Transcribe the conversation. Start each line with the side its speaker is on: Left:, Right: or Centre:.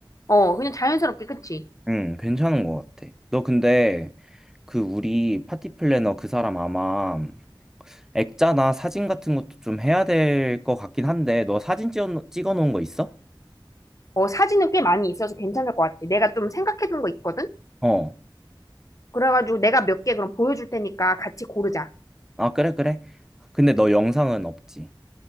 Left: 어, 그냥 자연스럽게, 그치?
Centre: 응, 괜찮은 것 같아. 너 근데 그 우리 파티 플래너 그 사람 아마 액자나 사진 같은 것도 좀 해야 될 것 같긴 한데, 너 사진 찍어, 찍어 놓은 거 있어?
Left: 어, 사진은 꽤 많이 있어서 괜찮을 것 같아. 내가 좀 생각해둔 거 있거든?
Centre: 어.
Left: 그래가지고 내가 몇 개 그럼 보여줄 테니까 같이 고르자.
Centre: 아, 그래, 그래. 근데 너 영상은 없지.